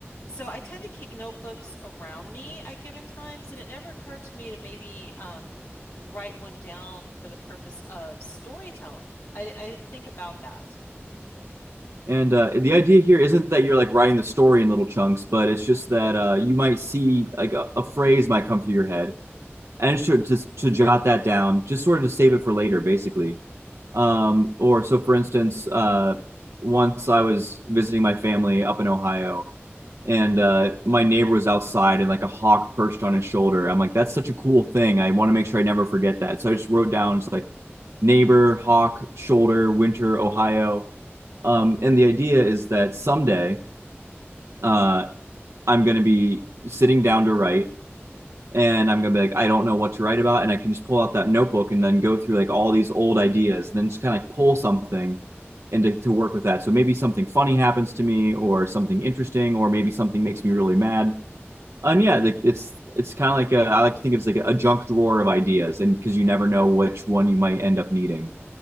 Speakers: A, on the left; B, on the right.
A: so I tend to keep notebooks around me at given times, and it never occurred to me to maybe um, write one down for the purpose of storytelling. I, di- I didn't think about that.
B: and uh, the idea here isn't that you're like writing the story in little chunks but it's just that uh, you might see like a, a phrase might come through your head and sure to to jot that down, just sort of to save it for later, basically. Um, or so, for instance, uh, once I was visiting my family up in Ohio, and uh, my neighbor was outside, and like a hawk perched on his shoulder. I'm like, that's such a cool thing. I want to make sure I never forget that. So I just wrote down just like neighbor, hawk, shoulder, winter, Ohio. Um, and the idea is that someday uh, I'm going to be sitting down to write and I'm gonna be like, I don't know what to write about, and I can just pull out that notebook and then go through like all these old ideas, and then just kind of like pull something and to, to work with that. So maybe something funny happens to me, or something interesting, or maybe something makes me really mad. And yeah, like it's it's kind of like a, I like to think of it as like a junk drawer of ideas, and because you never know which one you might end up needing.